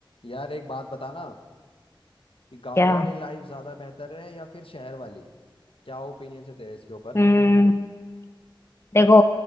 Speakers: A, on the left; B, on the left.
A: यार एक बात बताना कि गांव
B: क्या
A: वाली लाइफ ज्यादा बेहतर है या फिर शहर वाली क्या ओपिनियन है तेरे इसके ऊपर
B: हम्म देखो